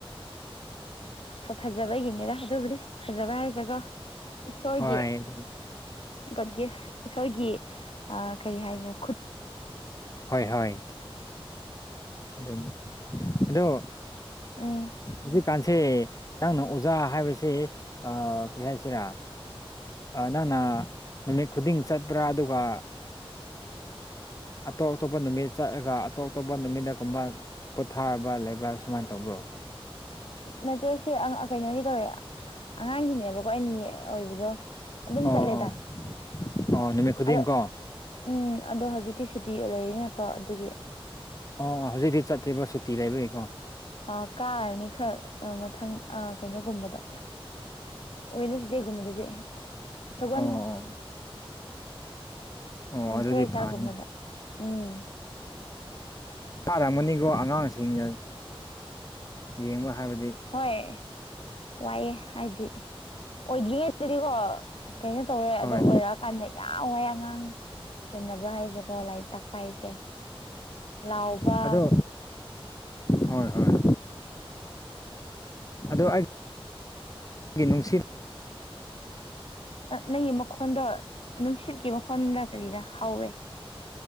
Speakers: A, on the left (about 65°); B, on the left (about 35°).
A: ꯐꯖꯕꯒꯤꯅꯤꯗ ꯑꯗꯨꯕꯨꯗꯤ ꯐꯖꯕ ꯍꯥꯏꯁꯦꯀꯣ ꯏꯁꯣꯔꯒꯤ
B: ꯍꯣꯏ
A: ꯒꯣꯗ ꯒꯤꯐ ꯏꯁꯣꯔꯒꯤ ꯀꯔꯤ ꯍꯥꯏꯁꯤꯔꯥ
B: ꯍꯣꯏ ꯍꯣꯏ ꯑꯗꯨꯅꯦ ꯑꯗꯣ
A: ꯎꯝ
B: ꯍꯧꯖꯤꯛ ꯀꯥꯟꯁꯦ ꯅꯪꯅ ꯑꯣꯖꯥ ꯍꯥꯏꯕꯁꯤ ꯀꯩ ꯍꯥꯏꯁꯤꯔꯥ ꯅꯪꯅ ꯅꯨꯃꯤꯠ ꯈꯨꯗꯤꯡ ꯆꯠꯄ꯭ꯔꯥ ꯑꯗꯨꯒ ꯑꯇꯣꯞ ꯑꯇꯣꯞꯄ ꯅꯨꯃꯤꯠ ꯆꯠꯂꯒ ꯑꯇꯣꯞ ꯑꯇꯣꯞꯄ ꯅꯨꯃꯤꯠꯇꯒꯨꯝꯕ ꯄꯣꯊꯥꯕ ꯂꯩꯕ꯭ꯔꯥ ꯁꯨꯃꯥꯏꯅ ꯇꯧꯕ꯭ꯔꯣ
A: ꯅꯠꯇꯦ ꯁꯤ ꯀꯩꯅꯣꯒꯤ ꯇꯧꯔꯦ ꯑꯉꯥꯡꯒꯤꯅꯦꯕꯀꯣ ꯑꯩꯅꯥ ꯑꯣꯏꯕꯗꯣ ꯑꯗꯨꯝ
B: ꯑꯣ
A: ꯆꯠꯂꯦꯗ
B: ꯑꯣ ꯅꯨꯃꯤꯠ ꯈꯨꯗꯤꯡ
A: ꯑꯗꯣ
B: ꯀꯣ
A: ꯎꯝ ꯑꯗꯣ ꯍꯧꯖꯤꯛꯇꯤ ꯁꯨꯇꯤ ꯂꯩꯔꯤꯅꯀꯣ ꯑꯗꯨꯒꯤ
B: ꯑꯣ ꯍꯧꯖꯤꯛꯇꯤ ꯆꯠꯇ꯭ꯔꯤꯕ ꯁꯨꯇꯤ ꯂꯩꯕꯒꯤꯀꯣ
A: ꯑ ꯀꯥꯔꯅꯤ ꯈꯔ ꯃꯊꯪ ꯑ ꯀꯩꯅꯣꯒꯨꯝꯕꯗ ꯋꯦꯠꯅꯁꯗꯦ ꯒꯨꯝꯕꯗꯗꯤ ꯁꯒꯣꯜ
B: ꯑꯣ ꯑꯣ ꯑꯣ ꯑꯗꯨꯗꯤ
A: ꯀꯩꯁꯒꯨꯝꯕꯗ
B: ꯐꯅ
A: ꯎꯝ
B: ꯆꯥꯔꯝꯒꯅꯤꯀꯣ ꯑꯉꯥꯡꯁꯤꯡꯗ ꯌꯦꯡꯕ ꯍꯥꯏꯕꯗꯤ
A: ꯍꯣꯏ ꯋꯥꯏꯑꯦ ꯍꯥꯏꯗꯤ ꯑꯣꯏꯗ꯭ꯔꯤꯉꯩ ꯑꯗꯨꯗꯤꯀꯣ ꯀꯩꯅꯣ ꯇꯧꯋꯦ
B: ꯍꯣꯏ
A: ꯑꯗꯣ ꯑꯣꯏꯔꯛ ꯀꯟꯅ ꯌꯥꯝ ꯋꯥꯏ ꯑꯉꯥꯡ ꯁꯦꯟꯅꯕ ꯍꯥꯏꯁꯦꯀꯣ ꯂꯥꯏꯔꯤꯛ ꯇꯥꯛꯄ ꯍꯥꯏꯁꯦ ꯂꯥꯎꯕ
B: ꯑꯗꯨꯅꯤ ꯑꯗꯣ ꯍꯣꯏ ꯍꯣꯏ ꯑꯗꯣ ꯑꯩ ꯒꯤ ꯅꯨꯡꯁꯤ
A: ꯅꯪꯒꯤ ꯃꯈꯣꯟꯗꯣ ꯅꯨꯡꯁꯤꯠꯀꯤ ꯃꯈꯣꯟꯔꯗ ꯀꯔꯤꯔꯥ ꯍꯧꯋꯦ